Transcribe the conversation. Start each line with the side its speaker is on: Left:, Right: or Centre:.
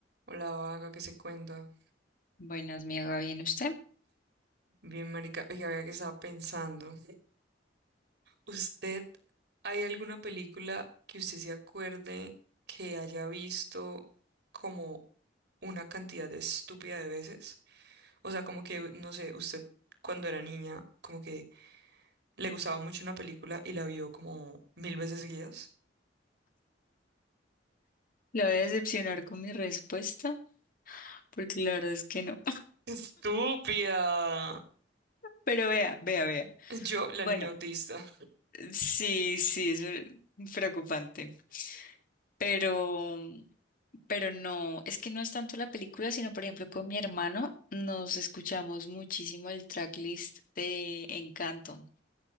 Right: Hola, vaga, ¿qué se cuenta?
Left: Buenas, mi Eva, ¿bien usted?
Right: Bien, marica. Oiga, vea que estaba pensando. ¿Usted, hay alguna película que usted se acuerde que haya visto como una cantidad de estúpida de veces? O sea, como que, no sé, usted cuando era niña, como que le gustaba mucho una película y la vio como mil veces seguidas.
Left: La voy a decepcionar con mi respuesta, porque la verdad es que no.
Right: ¡Estúpida!
Left: <laughs> Pero vea, vea, vea.
Right: Yo, la
Left: Bueno,
Right: niña autista.
Left: sí, sí, eso es eh, preocupante. Pero, pero no, es que no es tanto la película, sino por ejemplo con mi hermano nos escuchamos muchísimo el tracklist de Encanto.